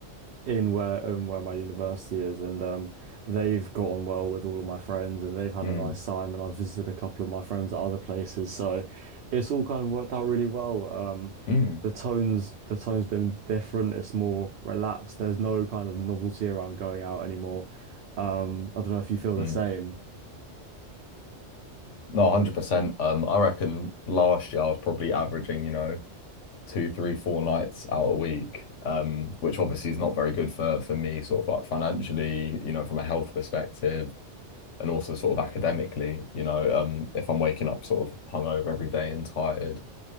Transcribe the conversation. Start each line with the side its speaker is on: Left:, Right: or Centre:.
Right: in where in where my university is, and um, they've got on well with all of my friends, and they've had
Left: mm.
Right: a
Left: mm,
Right: nice
Left: mm,
Right: time, and I've visited a couple of my friends at other places, so it's all kind of worked out really well. Um,
Left: mm,
Right: the tone's the tone's been different. It's more relaxed. There's no kind of novelty around going out anymore. Um, I don't know if you feel
Left: mm.
Right: the same.
Left: No, 100%. Um, I reckon last year I was probably averaging, you know, two, three, four nights out a week, um, which obviously is not very good for for me, sort of like financially, you know, from a health perspective, and also sort of academically, you know, um, if I'm waking up sort of hungover every day and tired.